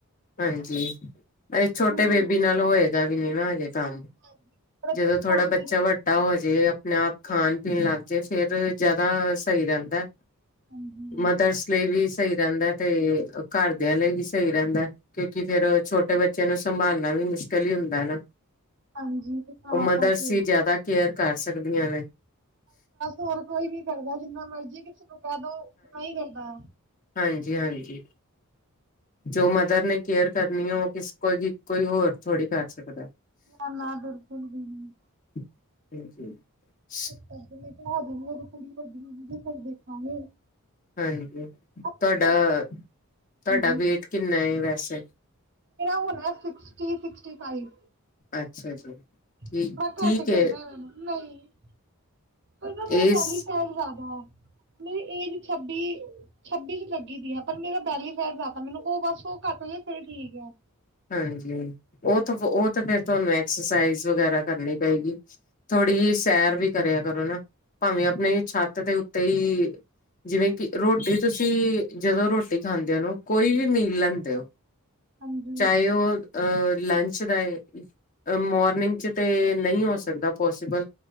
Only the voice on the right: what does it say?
ਤੇ ਹੁਣ
ਹਾਂਜੀ
ਸਾਢੇ
ਤਿੰਨ
ਸਾਲ ਦੀ
ਹੈ
ਹਾਂਜੀ
ਹਾਂਜੀ ਤੇ ਤਾਂ
ਕਰਕੇ
ਹੋਰ ਕੋਈ ਵੀ ਕਰਦਾ ਜਿੰਨਾ ਮਰਜ਼ੀ ਕਿਸੇ ਨੂੰ ਕਹਿ ਦੋ ਨਹੀਂ ਕਰਦਾ।
ਨਾ-ਨਾ ਬਿਲਕੁਲ ਵੀ ਨੀ।
ਇਸ ਮੈਂ ਕਿਹਾ ਕੁੜੀ ਵੱਡੀ ਨਾ ਫਿਰ ਦੇਖਾਂਗੇ।
ਆਪਣੇ
ਵੈਸੇ
ਹਾਂਜੀ
ਮੇਰਾ ਹੋਣਾ ਸਗੀਸਟੀ ਸਗੀਸਟੀ ਫਾਈਵ
ਥੋੜਾ
<inaudible> ਉਹ ਨਾ ਮੇਰਾ
ਬੈਲੀ ਫੈਟ ਜ਼ਿਆਦਾ ਆ ਮੇਰੀ ਏਜ ਛੱਬੀ ਛੱਬੀ ਚ ਲੱਗੀ ਦੀ ਏ। ਪਰ ਮੇਰਾ ਬੈਲੀ ਫੈਟ ਜ਼ਿਆਦਾ ਮੈਨੂੰ ਉਹ ਬਸ ਉਹ ਘੱਟ ਜੇ ਫਿਰ ਠੀਕ ਆ।
ਹਾਂਜੀ